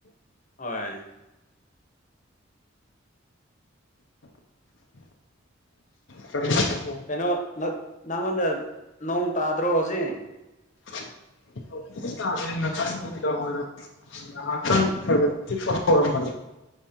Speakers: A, on the left; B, on the left.
A: ꯍꯣꯏ
B: <unintelligible> ꯀꯔꯤ ꯃꯥꯊꯦꯜ
A: ꯀꯩꯅꯣ ꯅꯛ ꯅꯪꯉꯣꯟꯗ ꯅꯣꯡ ꯇꯥꯗ꯭ꯔꯣ ꯍꯧꯖꯤꯛ
B: <unintelligible> ꯍꯧꯖꯤꯛꯇꯤ ꯇꯥꯗꯦ ꯉꯁꯥꯏ ꯅꯨꯃꯤꯗꯥꯡ ꯋꯥꯏꯔꯝ ꯉꯍꯥꯛꯇꯪ ꯈꯔ ꯈꯔ ꯈꯤꯛꯄꯥ ꯍꯧꯔꯝꯕꯅꯦ